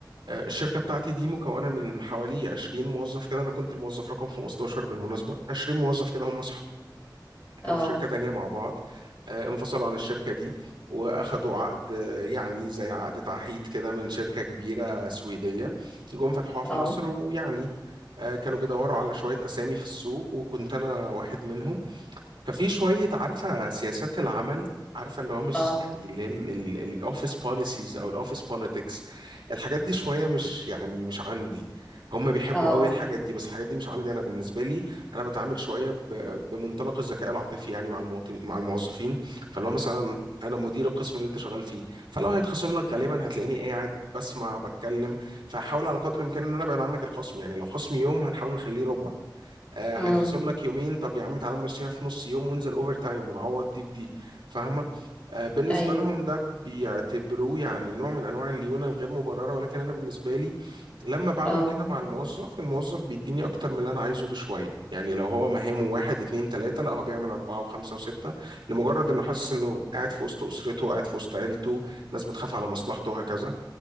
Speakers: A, on the right (about 80°); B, on the left (about 15°).
A: آه، الشركة بتاعتي دي مكونة من حوالي 20 موظف كده أنا كنت الموظف رقم 15 بالمناسبة 20 موظف كده هم كانوا
B: اه
A: في شركة تانية مع بعض آه، انفصلوا عن الشركة دي وأخدوا عقد آه، يعني زي عقد تعهيد كده من شركة كبيرة سويدية جم فتحوها في
B: اه
A: مصر ويعني آه، كانوا بيدوروا على شوية أسامي في السوق وكنت أنا واحد منهم ففي شوية عارفة سياسات العمل عارفة اللي هو مش
B: اه
A: يعني اللي هي الاوفيس بوليسيز او الاوفيس بوليتكس الحاجات دي شوية مش يعني مش عندي هم بيحبوا
B: اه
A: قوي الحاجات دي بس الحاجات دي مش عندي انا بالنسبة لي انا بتعامل شوية ب- بمنطلق الذكاء العاطفي يعني مع المواطن مع الموظفين فاللي هو مثلا انا مدير القسم اللي انت شغال فيه فلو هيتخصم لك غالبا هتلاقيني قاعد بسمع بتكلم فهحاول على قدر الامكان ان انا ابعد عنك الخصم يعني لو خصمي يوم هنحاول نخليه ربع آه
B: امم
A: هيتخصم لك يومين طب يا عم تعالى نمشيها في نص يوم وانزل اوفر تايم ونعوض دي بدي فاهمه آه بالنسبه
B: ايوه
A: لهم ده بيعتبروه يعني نوع من انواع الليونه الغير مبرره ولكن انا بالنسبه لي لما بعمل
B: اه
A: كده مع الموظف الموظف بيديني اكتر من اللي انا عايزه بشويه يعني لو هو مهامه واحد اتنين تلاته لا هو بيعمل اربعه وخمسه وسته لمجرد انه حاسس انه قاعد في وسط اسرته قاعد في وسط عيلته ناس بتخاف على مصلحته وهكذا